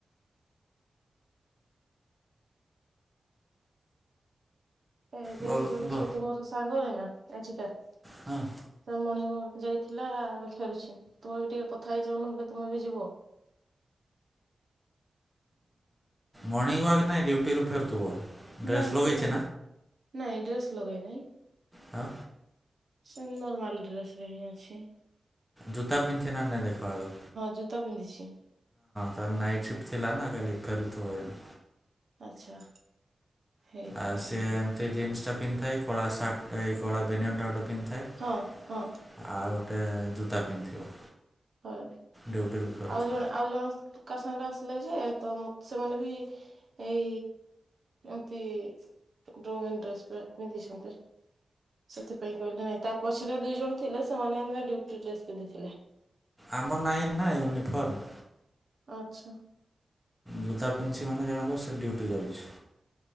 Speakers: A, on the right (about 60°); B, in the centre.
A: ଏକରେ
B: ବ
A: ଯୋଉ
B: ବ
A: ସେ ତୁ ମୋର ସାଙ୍ଗ ନାହିଁନା ନାଚିକା ସେ
B: ହଁ
A: ମଣିଙ୍ଗ ୱାର୍କ ଯାଇ ଥିଲା କଥା ହେଉଛି ତୁମେ ବି ଟିକେ କଥା ହେଇଯାଉ ନହେଲେ ତୁମେ ବି ଯିବ।
B: ମର୍ଣ୍ଣିଂ ୱାକ୍ ନାଇଁ ଡ୍ୟୁଟିରୁୁ ଫେରୁଥିବ। ଡ୍ରେସ୍
A: ନା
B: ଲଗେଇଛି
A: ନା ନାଇଁ ଡ୍ରେସ ଲଗାଇ ନାହି।
B: ହଁ।
A: ସୁ ନରମାଲ ଡ୍ରେସରେ ହିଁ ଅଛି।
B: ଜୁତା ପିନ୍ଧଛେ ନା ନାଇ ଦେଖ। ହଁ
A: ଜୁତା ପିନ୍ଧିଛି
B: ତାହଲେ ନାଇଟ ସିଫ୍ଟ ଥିଲା ନା କାଲି। ଫେରୁଥିବ ଏୟନା।
A: ଆଚ୍ଛା। ହେଇଥିବ
B: ଆଉ ସିଏ
A: ତାହେଲେ
B: ଏମତି ଜିନ୍ସ ଟା ପିନ୍ଧିଥାଏ କଳା ସାର୍ଟଇ କଳା ବେନ୍ୟାନ ଗୋଟେ ପିନ୍ଧିଥାଏ
A: ହଁ ହଁ
B: ଆଉ ଗୋଟେ ଜୋତା ପିନ୍ଧିଥିବ।
A: ହଉ
B: ଡ୍ୟୁଟିରୁ ଫେରୁଥିବ।
A: ଆଉ ଜଣେ ଆଉ ଜଣ କ ତାର ସାଙ୍ଗରେ ଆସିଲେ ଯେ ତ ମତ ସେମାନେ ବି ଏଇ ଏମତି ଙ୍ଗଡ୍ରେସ୍ ପେଣ୍ଟ ପିନ୍ଧି ସେଥିପାଇଁ କହିଲେ ନାଇଁ ତା ପଛରେ ଦିଇ ଜଣ ଥିଲେ, ସେମାନେ ଆମ ଡିୟୁଟି ଡ୍ରେସ ପିନ୍ଧିଥିଲେ।
B: ଆମର ନାହିଁନ ନା ୟୁନିଫର୍ମ।
A: ଆଛା।
B: ଜୋତା ପିନ୍ଧିଚି ମାନେ ଜାଣବ ସେ ଡୁଟି ଯାଉଛି।